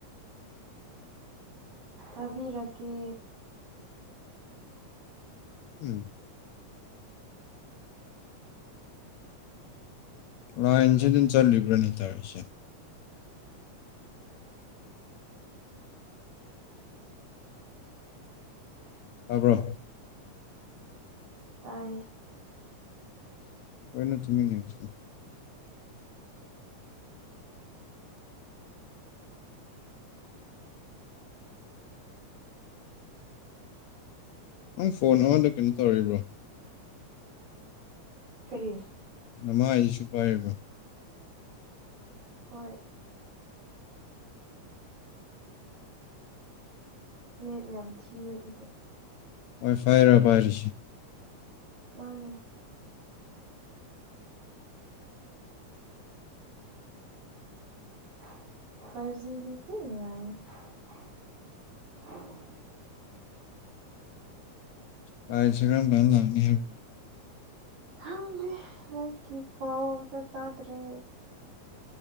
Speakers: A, on the right; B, on the left.
A: ꯇꯕꯤꯔꯀꯦ
B: ꯎꯝ ꯂꯥꯏꯟꯁꯤ ꯑꯗꯨꯟ ꯆꯠꯂꯤꯕ꯭ꯔꯥꯅꯤ ꯇꯔꯤꯁꯦ ꯇꯥꯔꯕ꯭ꯔꯣ
A: ꯇꯥꯏ
B: ꯍꯣꯏꯅ ꯊꯃꯤ ꯅꯁ ꯅꯪ ꯐꯣꯟ ꯑꯃꯗ ꯀꯩꯅꯣ ꯇꯧꯔꯤꯕ꯭ꯔꯣ
A: ꯀꯔꯤ
B: ꯅꯃꯥ ꯍꯥꯏꯁꯤꯁꯨ ꯄꯥꯏꯔꯤꯕ
A: ꯍꯣꯏ ꯃꯦꯠ ꯌꯥꯝ ꯊꯤꯌꯦ ꯑꯗꯨꯒꯤ
B: ꯍꯣꯏ ꯐꯔꯔꯣꯏ ꯐꯥꯏꯔꯤꯁꯤ
A: ꯃꯥꯅꯤ ꯐꯔꯖꯤꯗꯤꯇꯤꯅꯅꯨꯡꯚꯥꯏ <inaudible>
B: ꯄꯥꯏꯁꯦ ꯀꯝ ꯥꯟꯂꯅꯤ ꯍꯥꯏꯦ
A: ꯈꯪꯗꯦ ꯍꯀꯤ ꯄꯥꯎ ꯑꯝꯇ ꯇꯥꯗ꯭ꯔꯦ